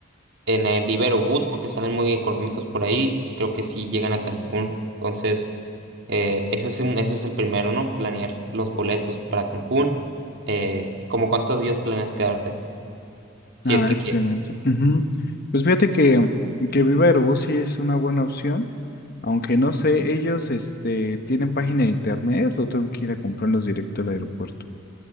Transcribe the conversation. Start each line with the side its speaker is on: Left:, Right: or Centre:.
Right: en, en Viva Aerobús, porque salen muy económicos por ahí, y creo que sí llegan a Cancún. Entonces, Eh, ese es un- ese es el primero, ¿no? Planear los boletos para Cancún. Eh, ¿cómo cuántos días planeas quedarte? Si
Left: Ah,
Right: es que
Left: excelente.
Right: quieres.
Left: Ujú. Pues fíjate que, que Viva Aerobús sí es una buena opción, aunque no sé, ellos este, tienen página de internet, lo tengo que ir a comprarlos directo al aeropuerto.